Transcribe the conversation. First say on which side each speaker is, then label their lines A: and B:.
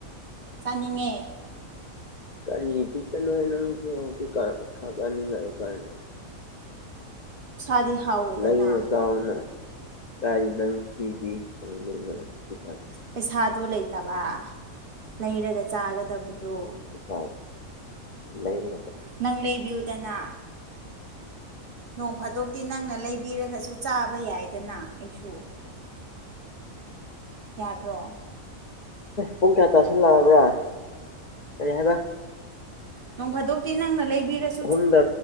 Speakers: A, on the right (about 45°); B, on the left (about 75°).
A: ꯆꯥꯅꯤꯡꯉꯦ
B: ꯀꯒꯥꯔꯤ ꯄꯤꯛꯇ ꯂꯣꯏꯍꯦ ꯅꯪꯁꯨ ꯍꯧꯖꯤꯛ ꯁꯥꯖꯅꯤꯡꯉꯥꯏ ꯀꯅ
A: ꯎꯁꯥꯗꯤ ꯍꯥꯎꯋꯦꯗꯅ
B: ꯂꯩꯥꯏꯅꯦ ꯆꯥꯎꯎꯅ ꯀꯔꯤ ꯅꯪ ꯐ꯭ꯔꯤ ꯐꯥꯡꯖꯅꯀꯥꯟ
A: ꯄꯩꯁꯥꯗꯣ ꯂꯩꯇꯕ ꯂꯩꯔꯒ ꯆꯥꯒꯗꯕꯗꯣ
B: ꯍ ꯂꯔꯤ
A: ꯅꯪ ꯂꯩꯕꯤꯌꯨꯗꯅ ꯅꯣꯡ ꯐꯥꯗꯣꯛꯇꯤ ꯅꯪꯅ ꯂꯩꯕꯤꯔꯒꯁꯨ ꯆꯥꯕ ꯌꯥꯏꯗꯅ ꯑꯩꯁꯨ ꯌꯥꯗ꯭ꯔꯣ
B: ꯄꯨꯡ ꯀꯌꯥ ꯇꯁꯤꯜꯂꯛꯑꯕ꯭ꯔꯥ ꯀꯔꯤ ꯍꯥꯏ
A: ꯅꯣꯡ ꯐꯥꯗꯣꯛꯇꯤ ꯅꯪꯅ ꯂꯩꯕꯤꯔꯁꯤ
B: ꯑꯍꯨꯝꯗ